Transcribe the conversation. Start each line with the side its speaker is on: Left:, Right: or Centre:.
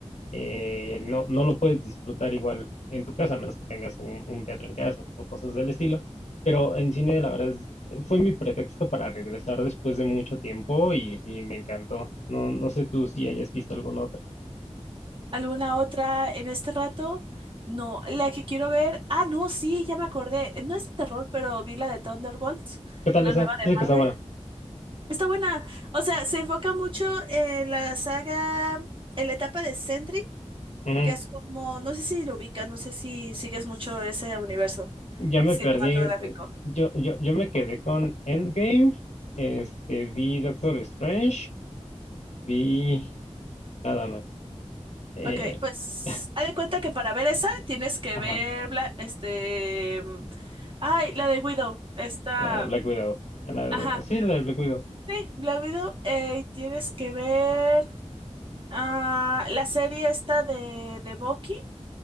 Left: eh, no, no lo puedes disfrutar igual en tu casa, a menos que tengas un, un teatro en casa o cosas del estilo. Pero en cine, la verdad es, fue mi pretexto para regresar después de mucho tiempo y, y me encantó. No, no sé tú si hayas visto alguna otra.
Right: ¿Alguna otra en este rato? No, la que quiero ver. Ah, no, sí, ya me acordé. No es de terror, pero vi la de Thunderbolts,
Left: ¿Qué tal
Right: la
Left: esa?
Right: nueva de
Left: Dice
Right: Marvel.
Left: que está buena.
Right: Está buena. O sea, se enfoca mucho en la saga, en la etapa de Sentry,
Left: Ujú.
Right: que es como, no sé si lo ubicas, no sé si sigues mucho ese universo
Left: Ya me
Right: cinematográfico.
Left: perdí. eh, Yo, yo, yo me quedé con Endgame. Este, vi Doctor Strange. Vi nada más. Eh,
Right: Ok, pues
Left: <laughs>
Right: haz de cuenta que para ver esa tienes que
Left: ajá,
Right: ver, bla- este, mm, ay, la de Widow, esta.
Left: la de Black Widow. A La,
Right: Ajá,
Left: de- sí, la de Black Widow.
Right: Sí, Black Widow, eh, tienes que ver ah, la serie esta de, de Bucky